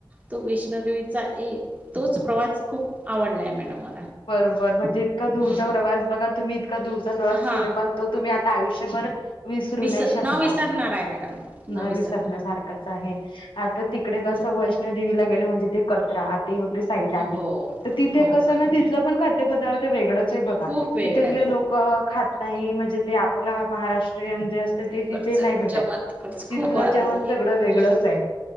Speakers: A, on the right; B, on the left.
A: तो वैष्णोदेवीचा. ए तोच प्रवास खूप आवडला आहे मॅडम मला.
B: बरोबर, म्हणजे इतका दूरचा
A: हम्म
B: प्रवास बघा तुम्ही इतका दूरचा प्रवास
A: हा
B: केला पण तो तुम्ही आ. आयुष्यभर विसरू
A: विस
B: नाही शकणार.
A: न विसरणार आहे मॅडम. न
B: नाही
A: विसरणार.
B: विसरण्यासारखाच आहे
A: हो.
B: आता तिकडे
A: हम्म.
B: कस वैष्णोदेवीला गेली म्हणजे, ते कचरा ते वगैरे साईड आली
A: हो
B: तर तिथे
A: हो
B: कस
A: मॅडम
B: ना. ते पदार्थ वेगळाच आहे बघा
A: खूप वेगळं
B: तितली
A: आहे खूप.
B: लोक खात नाही. म्हणजे ते आपला महाराष्ट्रीयन. ते असतं ते
A: तिकडचं
B: तिथे नाही भेटत
A: जेवण तिकडचं खूप
B: तिथलं
A: आणि
B: जेवण सगळं वेगळंच
A: हम्म.
B: आहे.